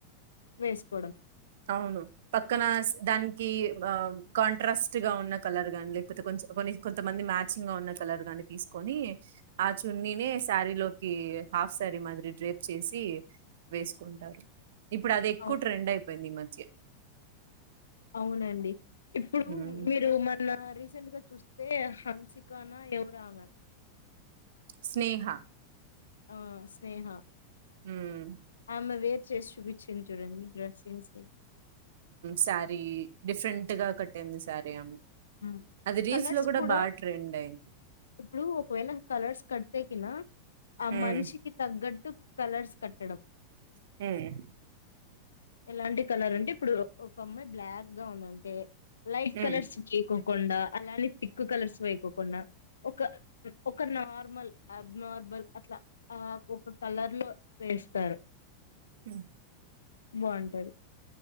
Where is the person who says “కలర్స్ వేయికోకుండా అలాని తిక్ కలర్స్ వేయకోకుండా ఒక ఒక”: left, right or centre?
Left